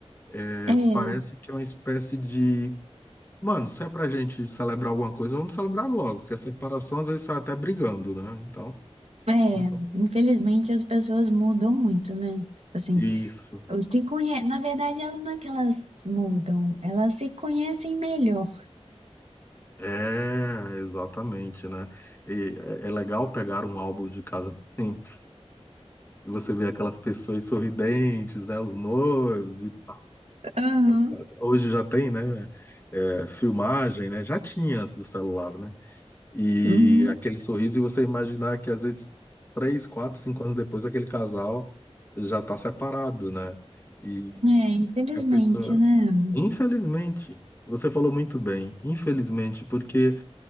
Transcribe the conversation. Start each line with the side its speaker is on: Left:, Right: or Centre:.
Left: É,
Right: é,
Left: parece que é uma espécie de Mano, se é pra gente celebrar alguma coisa, vamos celebrar logo, porque a separação às vezes sai até brigando, né? Então,
Right: é.
Left: nunca-
Right: Infelizmente as pessoas mudam muito, né? Assim,
Left: isso.
Right: o que conhe... na verdade, elas não é que elas mudam, elas se conhecem melhor.
Left: É, exatamente, né? E é é legal pegar um álbum de casamento <laughs> e você vê aquelas pessoas sorridentes, né? Os noivos e tal,
Right: Uhum.
Left: etc. Hoje já tem, né? é, filmagem, né? Já tinha antes do celular, né? e
Right: Uhum.
Left: aquele sorriso, e você imaginar que às vezes três, quatro, cinco anos depois aquele casal já está separado, né? E
Right: É, infelizmente,
Left: a pessoa,
Right: né?
Left: infelizmente, você falou muito bem, infelizmente, porque